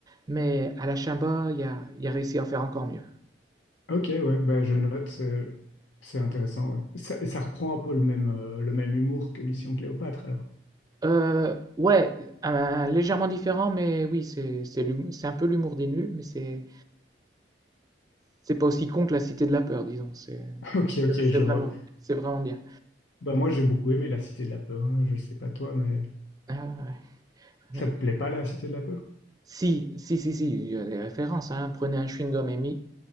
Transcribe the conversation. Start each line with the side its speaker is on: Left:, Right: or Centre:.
Right: Mais à la Chimba, il a, il a réussi à en faire encore mieux.
Left: ok, ouais, bah je note, c'est c'est intéressant, ouais. Ça, ça reprend un peu le même, euh, le même humour que Mission Cléopâtre alors.
Right: Euh, ouais, un- légèrement différent, mais oui, c'est c'est l'humour- c'est un peu l'humour des nuls, mais c'est C'est pas aussi con que la Cité de la Peur, disons. C'est
Left: <laughs> Ok, ok, je
Right: c'est vraiment,
Left: vois.
Right: c'est vraiment bien.
Left: Bah moi j'ai beaucoup aimé La Cité de la Peur, hein, je sais pas toi, mais
Right: Ah ouais,
Left: ça
Right: ouais.
Left: te plaît pas La Cité de la Peur?
Right: Si, si, si, si, il y a des références. Hein. Prenez un chewing-gum Emmy.